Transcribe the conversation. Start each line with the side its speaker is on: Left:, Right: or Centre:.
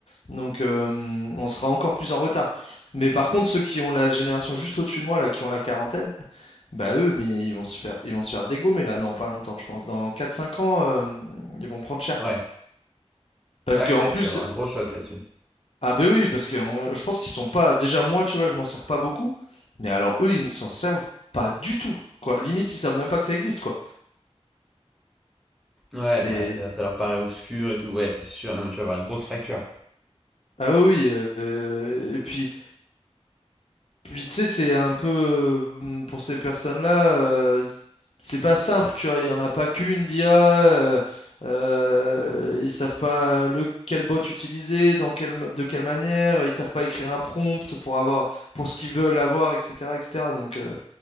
Left: Donc, euh, on sera encore plus en retard. Mais par contre, ceux qui ont la génération juste au-dessus de moi, là, qui ont la quarantaine, bah, eux, mais ils vont se faire, ils vont se faire dégommer, là, dans pas longtemps, je pense. Dans quatre cinq ans, euh, ils vont prendre cher.
Centre: ouais,
Left: Parce
Centre: ouais,
Left: qu'en
Centre: c'est vrai
Left: plus,
Centre: que tu vas avoir un gros choc là-dessus.
Left: ah ben oui, parce que on- je pense qu'ils sont pas. Déjà moi, tu vois, je m'en sers pas beaucoup. Mais alors eux, ils ne s'en servent pas du tout. Quoi. Limite, ils savent même pas que ça existe, quoi.
Centre: Ouais,
Left: C'est.
Centre: bah ça, ça leur paraît obscur et tout. Ouais, c'est sûr. Non, mais tu vas avoir une grosse fracture.
Left: Ah oui, oui, euh, euh, et puis, puis tu sais, c'est un peu euh, pour ces personnes-là, euh, c- c'est pas simple, tu vois. Il y en a pas qu'une d'IA. Euh, euh, ils savent pas le quel bot utiliser, dans quelle ma- de quelle manière. Ils savent pas écrire un prompt pour avoir pour ce qu'ils veulent avoir, etc., etc. Donc euh,